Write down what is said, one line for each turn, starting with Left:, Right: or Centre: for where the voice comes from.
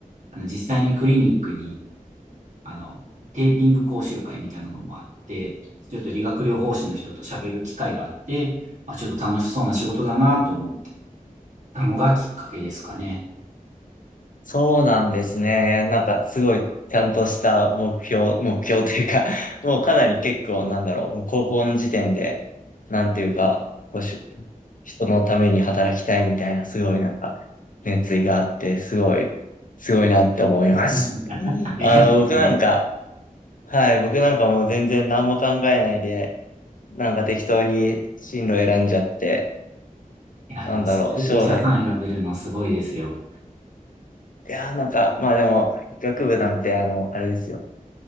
Right: あの、実際にクリニックに、あの、テーピング講習会みたいなのもあって、ちょっと理学療法士の人と喋る機会があって、まあ、ちょっと楽しそうな仕事だなと思ってたのがきっかけですかね。
Left: そうなんですね。なんかすごいちゃんとした目標、目標というか、<laughs> もうかなり結構なんだろう、もう高校の時点で、なんていうか、こうし、人のために働きたいみたいな、すごいなんか、熱意があって、すごい、すごいなって思います。
Right: <laughs> ありがとうございます。
Left: あの、僕なんか、はい、僕なんかもう全然何も考えないで、なんか適当に進路選んじゃって、
Right: いや、
Left: なんだろう、
Right: でもそれでお医者さん選べるのはすごいですよ。
Left: 将来。いやー、なんか、まあでも、医学部なんて、あの、あれですよ。